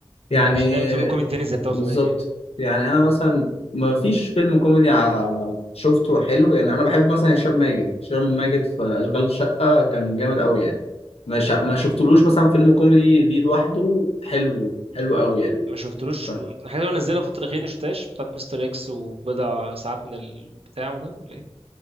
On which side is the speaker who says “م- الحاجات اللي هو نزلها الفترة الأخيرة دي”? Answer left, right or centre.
Right